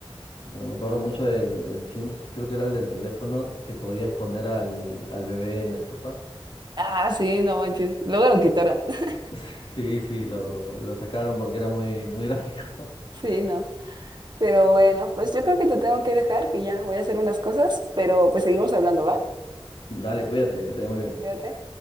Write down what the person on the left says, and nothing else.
Me me acuerdo mucho del, del Sims, creo que era el del teléfono, que podías poner al, al bebé en la estufa.
<laughs> Sí, sí, lo, lo sacaron porque era muy, muy gráfico.
<laughs> Dale, cuídate, que te vaya muy bien.